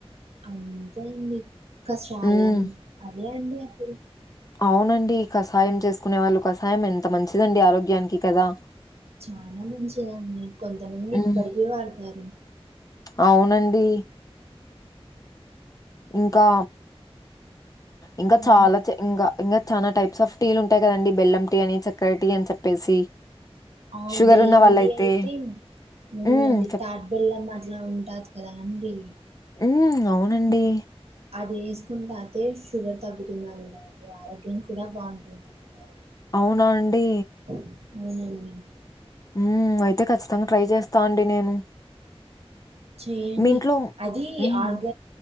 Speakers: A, on the right (about 70°); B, on the left (about 35°).
A: అంతే అండి కషాయం
B: హ్మ్.
A: అవే అండి అప్పుడు
B: అవునండి కషాయం చేసుకునే వాళ్ళు కషాయం ఎంత మంచిదండి ఆరోగ్యానికి కదా.
A: చానా మంచిదండి కొంతమంది
B: హ్మ్.
A: ఇప్పటికి వాడతారు.
B: అవునండి ఇంకా ఇంకా
A: మ్మ్
B: చాలా ఇంకా ఇంకా చాలా టైప్స్ ఆఫ్ టీలు ఉంటాయి కదండి. బెల్ం టీ అని, చక్కర టీ అని చెప్పేసి.
A: ఆ
B: షుగర్
A: బెల్లంటి
B: ఉన్న అవును. వాళ్ళైతే
A: అయితే మూనంది
B: హ్మ్. చెప్
A: తా బెల్లం అట్లా ఉంటాది కదా అండి
B: ఉ అవునండి
A: అది వేసుకుంట అయితే షుగర్ తగ్గుతుందిండి. ఆరోగ్యం కూడా బాగుంటుందండి. మ్
B: అవునా అండి
A: మ్
B: మ్ అయితే ఖచ్చితంగా ట్రై చేస్తా అండి నేను.
A: చేయండి
B: మీ ఇంట్లో
A: అది
B: హ్మ్.
A: ఆర్గ